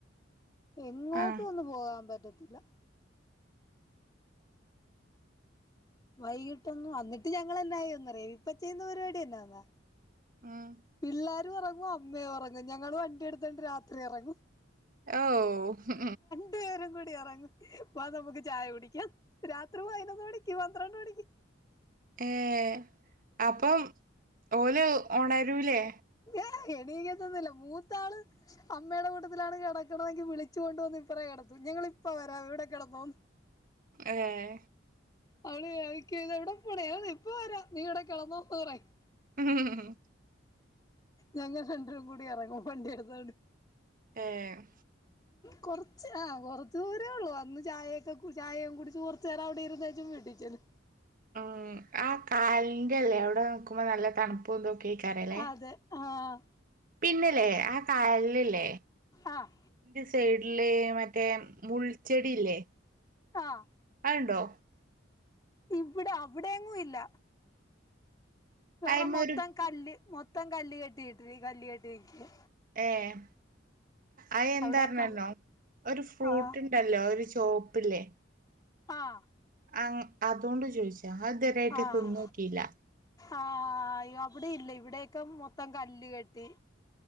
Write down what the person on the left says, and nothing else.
എങ്ങോട്ടും
ഒന്നു പോകാൻ പറ്റത്തില്ല. വൈകിട്ട് ഒന്നും. അന്നിട്ട് ഞങ്ങൾ എന്നാ ചെയ്യുംന്നറിയോ ഇപ്പ ചെയ്യുന്ന പരിപാടിയെന്നാ ന്നാ
പിള്ളേരും ഒറങ്ങും അമ്മയും ഒറങ്ങും. ഞങ്ങള് വണ്ടി എടുത്തോണ്ട് രാത്രി ഇറങ്ങും.
രണ്ട് പേരും കൂടി എറങ്ങും. വാ നമുക്ക് ചായ കുടിക്കാം രാത്രി പതിനൊന്ന് മണിക്ക് പന്ത്രണ്ട് മണിക്ക്.
ഏയ്. എണിക്കത്തൊന്നുമില്ല. മൂത്താള് അമ്മയുടെ കൂട്ടത്തിലാണ് കിടക്കണതെങ്കി വിളിച്ചു കൊണ്ട് വന്ന് ഇപ്പറ കെടത്തും ഞങ്ങൾ ഇപ്പം വരാം ഇവിടെ കിടന്നോന്ന്
അവൾ ചോയ്ക്കും ഇത് എവിടെ പോവണ്? <unintelligible> ഇപ്പ വരാ നീ ഇവിടെ കിടന്നൊ എന്ന് പറയും.
ഞങ്ങൾ രണ്ട് പേരും കൂടി എറങ്ങും വണ്ടിയെടുത്തോണ്ട്.
കൊറച്ച് ആഹ് കൊറച്ച് ദൂരേ ഉള്ളൂ. വന്ന് ചായയെക്കെ കുടി ചായെം കുടിച്ച് കുറച്ചു നേരം അവിടെ ഇരുന്നേച്ചും വീട്ടിൽ ചെല്ലും.
അതെ ആഹ്
ആഹ്
ആഹ്
ഇവിടെ അവിടെയെങ്ങും ഇല്ല. എറ
മൊത്തം
കല്ല് മൊത്തം കല്ല് കെട്ടിയിട്ടിരിക്കുവാ കല്ല് കെട്ടി നിക്കാ.
അവിടെയൊക്കെ
ആഹ്
ആഹ്
ആഹ്
ആഹ് അവിടെ ഇല്ല ഇവിടെയൊക്കെ മൊത്തം കല്ല് കെട്ടി